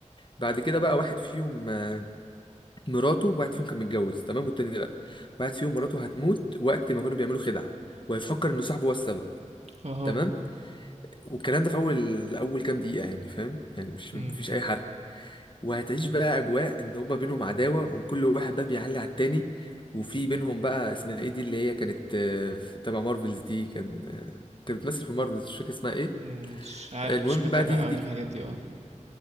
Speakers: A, on the left; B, on the right.
A: بعد كده بقى واحد فيهم آه، مراته واحد فيهم كان متجوز تمام والتاني لا واحد فيهم مراته هتموت وقت ما كانوا بيعملوا خدعة وهيفكر ان صاحبه هو السبب
B: اها
A: تمام والكلام ده في اول اول كام دقيقة يعني فاهم يعني مش
B: مم.
A: مفيش اي حرق وهتعيش بقى اجواء ان هما بينهم عداوة وكل واحد بقى بيعلي على التاني وفي بينهم بقى اسمها ايه دي اللي هي كانت آه، في- تبع مارفلز دي كان آه، كانت بتمثل في مارفلز مش فاكر اسمها ايه
B: مم. مش عارف
A: المهم
B: مش بتابع
A: بقى دي
B: قوي
A: دي ك-
B: الحاجات دي اه